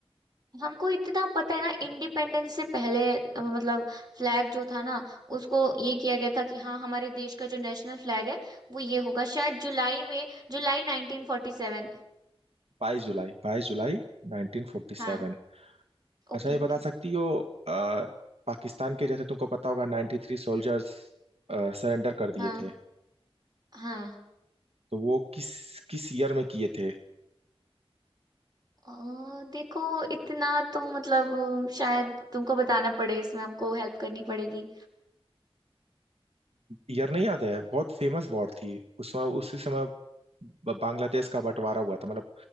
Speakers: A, on the right; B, on the right.
A: हमको इतना पता है ना इंडिपेंडेंस से पहले अ, मतलब फ्लैग जो था ना उसको ये किया गया था कि हाँ हमारे देश का जो नेशनल फ्लैग है वो ये होगा शायद जुलाई में जुलाई 1947
B: बाईस जुलाई बाईस जुलाई 1947
A: हाँ
B: अच्छा
A: Okay
B: ये
A: okay
B: बता सकती हो आ, पाकिस्तान के जैसे तुमको पता होगा 93 सोल्जर्स सरेंडर कर
A: हाँ
B: दिए थे
A: हाँ
B: तो वो किस किस ईयर में किए थे
A: अ, देखो इतना तो मतलब अ, शायद तुमको बताना पड़े इसमें हमको हेल्प करनी पड़ेगी
B: ईयर नहीं याद है बहुत फेमस वॉर थी उस समय उसी समय ब- बांग्लादेश का बंटवारा हुआ था मतलब